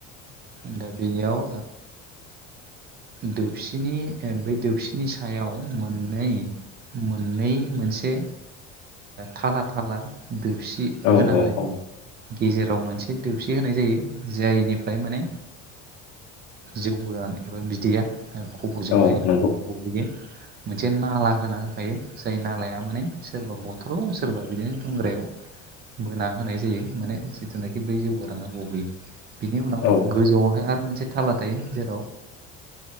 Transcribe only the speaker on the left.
औ
औ औ
औ नंगौ
औ